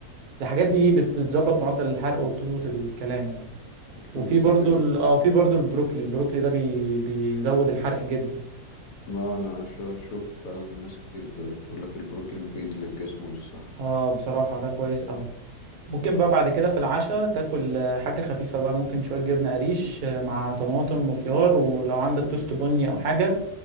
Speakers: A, on the right; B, on the left.
A: الحاجات دي بت- بتظبط معدل الحرق وبتظبط الكلام يعني
B: بتظبط
A: وفي برضو
B: الدنيا
A: ال... اه في برضو البروكلي البروكلي ده بي... بيزود الحرق جدا
B: ما انا شو- شفت فعلا ناس كتير بتقول لك البروكلي مفيد للجسم وللصحة
A: اه بصراحة ده كويس قوي ممكن بقى بعد كده في العشاء تاكل آه، حاجة خفيفة بقى ممكن شوية جبنة قريش آه، مع طماطم وخيار ولو عندك توست بني او حاجة